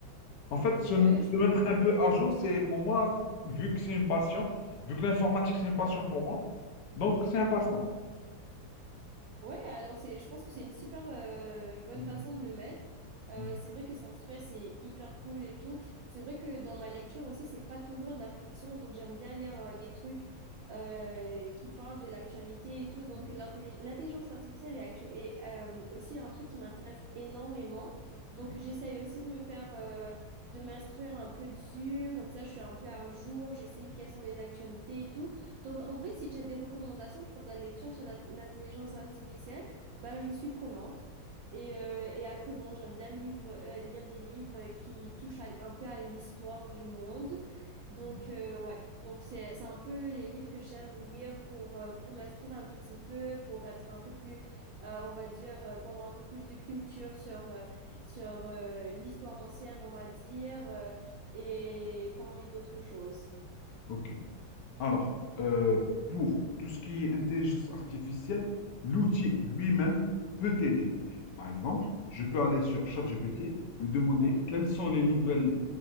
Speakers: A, on the left; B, on the right.
A: En fait, se,
B: ouais,
A: se
B: je-
A: mettre un peu à jour, c'est pour moi, vu que c'est une passion, vu que l'informatique, c'est une passion pour moi, donc c'est un passe-temps.
B: ouais. Alors c'est, je pense que c'est une super euh, bonne
A: Mm,
B: façon de le mettre. Euh,
A: mm,
B: c'est vrai que c'est un stress, c'est hyper cool et tout. C'est vrai que dans ma lecture aussi, c'est pas toujours de la fiction, donc j'aime bien lire euh, des trucs euh, qui parlent de l'actualité et tout. Donc
A: mm,
B: l'intelli- l'intelligence artificielle est, actu- est, euh, aussi un truc qui m'intéresse énormément. Donc
A: mm,
B: j'essaye aussi de me faire, euh, de m'instruire un peu dessus, comme ça je suis un peu à jour, je sais quelles sont les actualités et tout. Donc, en vrai, si tu as des recommandations pour de la lecture sur la- l'intelligence artificielle, ben, je suis prenante. Et, euh, et après, bon, j'aime bien livre- euh, lire des livres qui touchent à- un peu à l'histoire du monde. Donc,
A: mm.
B: euh, ouais, donc c'est, c'est un peu les livres que j'aime lire pour, euh, pour m'instruire un tout petit peu, pour être un peu plus, euh, on va dire, euh, pour avoir un peu plus de culture sur, euh, sur euh, l'histoire ancienne, on va dire, euh, et parmi d'autres choses.
A: Ok. Alors, euh, pour tout ce qui est intelligence artificielle, l'outil lui-même peut t'aider. Par exemple, je peux aller sur ChatGPT, lui demander
B: Oui.
A: quelles sont les nouvelles